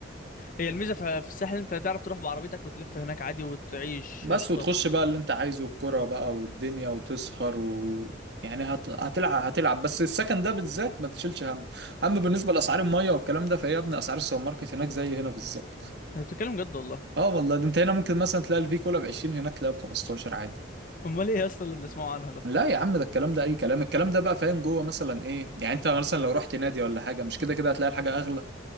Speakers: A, on the left (about 45°); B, on the right (about 60°).
A: هي الميزه في في الساحل انت تعرف تروح بعربيتك وتلف هناك عادي وتعيش
B: بس
A: قشطه
B: وتخش بقى اللي انت عايزه الكرة بقى والدنيا وتسهر و يعني هت... هتلعب هتلعب بس السكن ده بالذات ما تشيلش هم اما بالنسبة لأسعار المية والكلام ده فهي يا ابني أسعار السوبر ماركت هناك زي هنا بالظبط
A: انت بتتكلم جد والله
B: اه والله ده انت هنا ممكن مثلا تلاقي الفي كولا ب 20 هناك تلاقيها ب 15 عادي
A: امال ايه يا اسطى اللي بنسمعه عنها ده
B: لا يا عم ده الكلام ده اي كلام الكلام ده بقى فاهم جوه مثلا ايه يعني انت مثلا لو رحت نادي ولا حاجة مش كده كده هتلاقي الحاجة اغلى